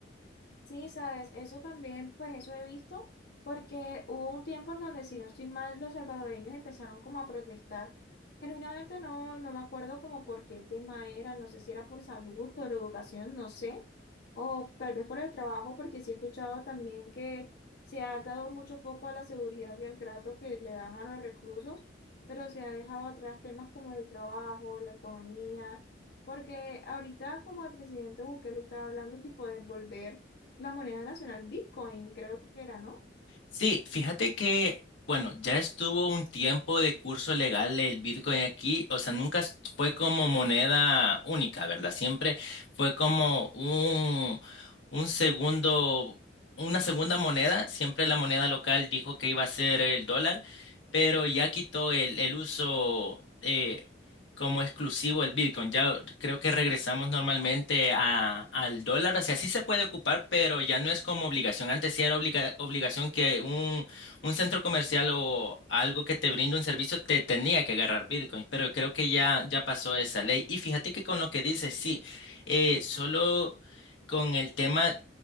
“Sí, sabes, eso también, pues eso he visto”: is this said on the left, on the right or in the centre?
Left